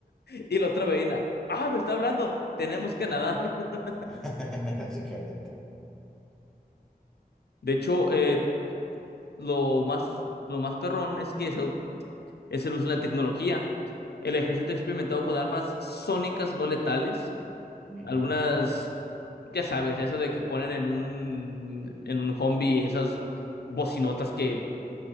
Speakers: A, on the left (about 75°); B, in the centre.
A: Y la otra ballena, ah, me está hablando, tenemos que nadar. <laughs>
B: <laughs> Básicamente.
A: De hecho, eh, lo más, lo más perrón es que es, au- es el uso de la tecnología. El ejército ha experimentado con armas sónicas no letales.
B: Ujú.
A: Algunas, ya sabes, eso de que ponen en un, en un zombie esas bocinotas que